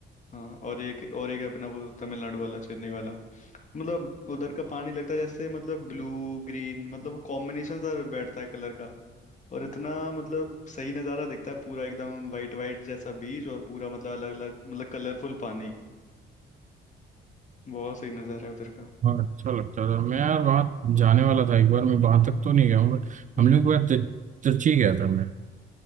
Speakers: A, on the left (about 40°); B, on the right (about 40°).
A: हाँ और एक और एक अपना वो तमिलनाडु वाला चेन्नई वाला तो मतलब उधर का पानी लगता है जैसे मतलब ब्लू ग्रीन मतलब वो कॉम्बिनेशन सा बैठता है कलर का और इतना मतलब सही नज़ारा दिखता है पूरा एकदम वाइट वाइट जैसा बीच और पूरा मतलब अलग अलग मतलब कलरफुल पानी बहुत सही नज़ारा है उधर का
B: हाँ अच्छा लगता था मैं यार वहाँ जाने वाला था एक बार मैं वहाँ तक तो नहीं गया हूँ बट
A: Hmm
B: हम लोग एक बार तिर- तिरची गया था मैं